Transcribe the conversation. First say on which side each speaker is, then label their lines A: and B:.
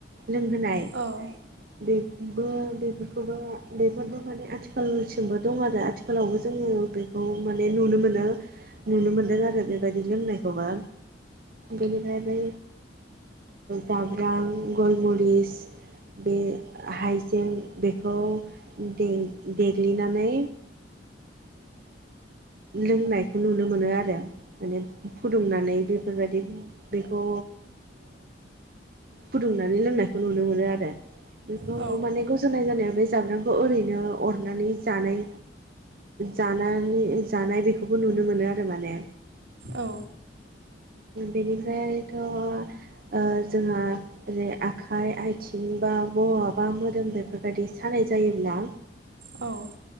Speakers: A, on the right (about 55°); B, on the right (about 80°).
A: लोंहोनाय
B: औ
A: बेबो बेफोरखौबो बेफोरबो माने आथिखालसिमबो दं आरो आथिखाल गोलावबो जोङो बेखौ माने नुनो मोनो नुनो मोनदों आरो बेबायदि लोंनायखौबो। बेनिफ्राय बै जाब्रां गलमरिस बे हाइजें बेखौ देग्लिनानै लोंनायखौ नुनो मोनो आरो माने फुदुंनानै बे बेफोरबायदि बेखौ फुदुंनानै लोंनायखौ नुनो मोनो आरो बेखौ
B: औ
A: माने साय जानायाव बे जाब्रांखौ ओरैनो अरनानै जानाय जानानै जानाय बेखौबो नुनो मोनो आरो माने
B: औ।
A: बेनिफ्रायथ' जोंहा ओरै आखाइ आथिं बा बहाबा मोदोम बेफोरबायदि सानाय जायोब्ला
B: औ।